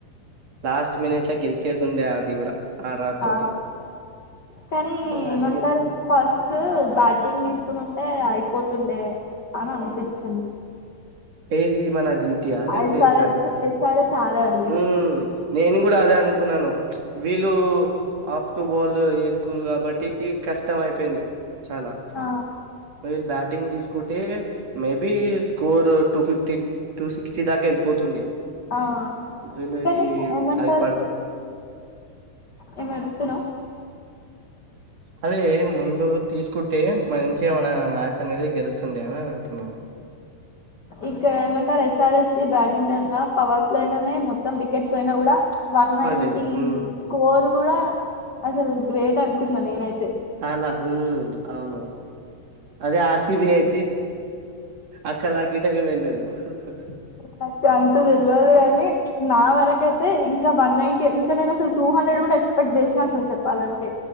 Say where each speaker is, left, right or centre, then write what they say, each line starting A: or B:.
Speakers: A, on the right (about 45°); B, on the left (about 50°).
A: last minute లో గెలిచేదుండే అది కూడా ఆర్ఆర్ తోటి
B: ఆ కానీ
A: మ్యాచ్
B: ఏమంటారు
A: గెల్
B: ఫస్ట్ టు బ్యాటింగ్ తీసుకొనుంటే అయిపోతుండే అని అనిపించింది
A: ఇది మన జి తి ఆ లేదా
B: ఎస్ఆర్హెచ్
A: ఎస్ఆర్ హెచ్ ఆ
B: ఎస్ఆర్హెచ్ ఆడాలి
A: ఓ నేను కూడా అదే అనుకున్నాను వీళ్ళు అప్ టు బాల్ ఏసుకుర్రు కాబట్టి కష్టం అయిపోయింది చాలా
B: ఆ
A: ఒవేళ బ్యాటింగ్ తీసుకుం టే maybe score two fifty two sixty దాకా వెళ్ళిపోతుండే
B: ఆ
A: వీళ్లది
B: కానీ ఏమంటారు
A: అది పడుపు
B: ఏమో చెప్తున్నావ్
A: అదే ముందు తీసుకుంటే మంచిగేమన మ్యాచ్ అనేది గెలుస్తుండే అని అంటున్నాము
B: ఇక్కడ ఏమంటారు ఎస్ఆర్ఎచ్ కి బ్యాటింగ్ టైమ్లా పవర్ ప్లేలోనే మొత్తం వికెట్స్ పోయినా కూడా వన్నైన్టీ
A: పడ్డే హ్మ్
B: స్కోర్ కూడా అసలు గ్రేట్ అనుకుంటున్నా నేనుతే
A: చాలా ఉమ్ అవును అదే ఆర్సీబి అయితే అక్కడ దాక గిటగా వెళ్ళేదు ే <unintelligible>
B: నాకు అంత తెలియదు కానీ నా వరకయితే ఇంకా వన్ నైంటీ ఇంకా నేను అసలు టూ హండ్రెడ్ కూడా ఎక్స్పెక్ట్ చేసినా అసలు చెప్పాలంటే